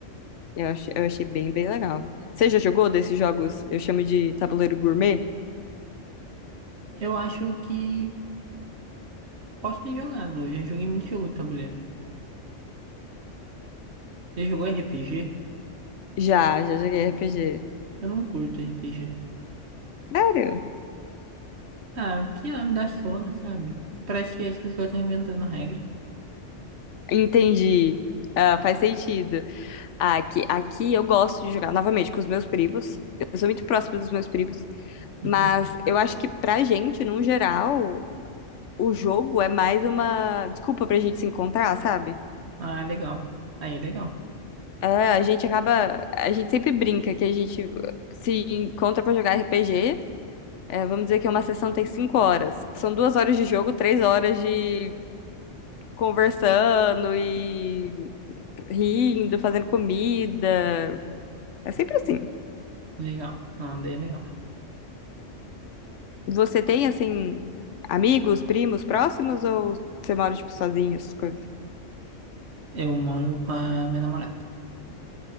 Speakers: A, on the left; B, on the right.
A: Eu achei, eu achei bem, bem legal. Você já jogou desses jogos? Eu chamo de tabuleiro gourmet?
B: Eu acho que posso ter jogado. Eu já joguei muito jogo de tabuleiro. Você jogou RPG?
A: Já, já joguei RPG.
B: Eu não curto RPG.
A: Sério?
B: Ah, porque ela me dá sono, sabe? Parece que as pessoas estão inventando regra.
A: Entendi. Ah, faz sentido. Aqui, aqui eu gosto de jogar novamente com os meus primos. Eu sou muito próxima dos meus primos.
B: Uhum.
A: Mas eu acho que pra gente, num geral, o jogo é mais uma desculpa pra gente se encontrar, sabe?
B: Ah, legal. Aí é legal.
A: É, a gente acaba. A gente sempre brinca que a gente se encontra pra jogar RPG. É, vamos dizer que uma sessão tem cinco horas. São duas horas de jogo, três horas de conversando e rindo, fazendo comida. É sempre assim.
B: Legal. Não, daí é legal.
A: Você tem, assim, amigos, primos próximos ou você mora, tipo, sozinho, essas coisas?
B: Eu moro com a minha namorada.